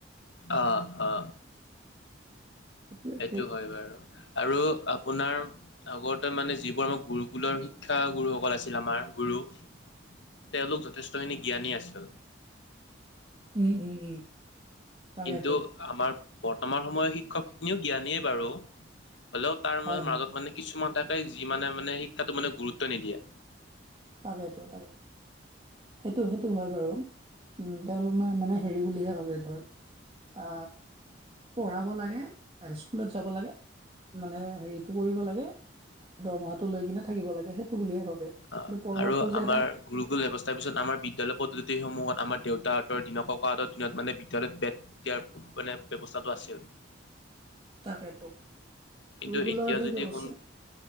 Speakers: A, on the left; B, on the right.
A: অ অ
B: সেইটোৱে
A: সেইটো
B: আৰু
A: হয় বাৰু আৰু আপোনাৰ আগতে মানে যিবোৰ আমাৰ গুৰুকুলৰ শিক্ষা গুৰুসকল আছিল আমাৰ গুৰু তেওঁলোক যথেষ্টখিনি জ্ঞানী আছিল
B: উম উম উম তাকেতো
A: কিন্তু আমাৰ বৰ্তমান সময়ৰ শিক্ষকখিনিও জ্ঞানীয়ে বাৰু হ'লেও তাৰ
B: হয় হয়
A: মাজত মানে কিছুমান থাকে যি মানে মানে শিক্ষাটো মানে গুৰুত্ব নিদিয়ে
B: তাকেতো তাকে সেইটো সেইটো হয় বাৰু উ তেওঁলোক মানে মানে হেৰি বুলিহে ভাবে ধৰ অ পঢ়াব লাগে স্কুলত যাব লাগে মানে হেৰিটো কৰিব লাগে দৰমহাটো লৈ কিনে থাকিব লাগে সেইটো বুলিহে ভাবে
A: অ'
B: কিন্তু পঢ়োৱাটো
A: আৰু
B: যে
A: আমাৰ
B: এটা
A: গুৰুকুল ব্যৱস্থাৰ পিছত আমাৰ বিদ্যালয় পদ্ধতিসমূহত আমাৰ দেউতাহঁতৰ দিনৰ ককাহঁতৰ দিনত মানে বিদ্যালয় বেট এতিয়াৰ মানে ব্যৱস্থাটো আছিল
B: তাকেতো
A: কিন্তু
B: গুৰুকুলৰ
A: এতিয়া
B: সেই
A: যদি
B: ব্যৱস্থা
A: কোন